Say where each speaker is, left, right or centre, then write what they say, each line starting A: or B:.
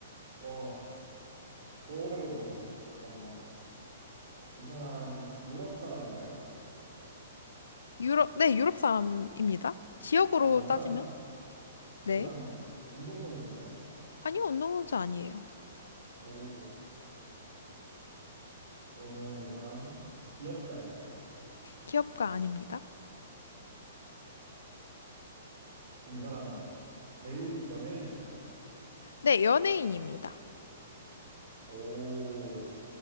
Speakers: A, on the right (about 60°); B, on the left (about 75°).
A: 와, 더 어려워졌네요. 잠깐만. 이 사람 유럽 사람인가요?
B: 유럽, 네, 유럽 사람입니다. 지역으로
A: 아, 이
B: 따지면?
A: 사람,
B: 네.
A: 이 사람 운동선수인가요?
B: 아니요, 운동선수 아니에요.
A: 오, 그러면 이 사람 기업가인가요?
B: 기업가 아닙니다.
A: 그럼 이 사람 배우 연예인인가요?
B: 네, 연예인입니다.
A: 오,